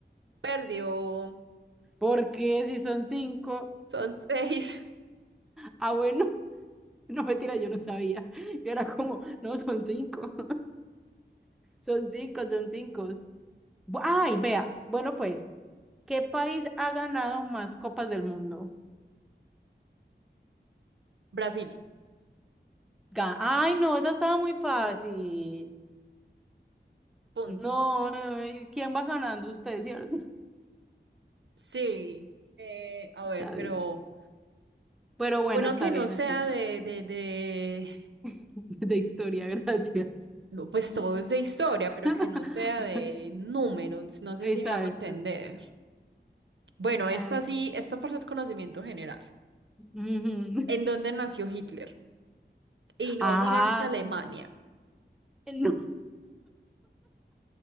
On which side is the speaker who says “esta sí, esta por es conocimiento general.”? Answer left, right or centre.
Right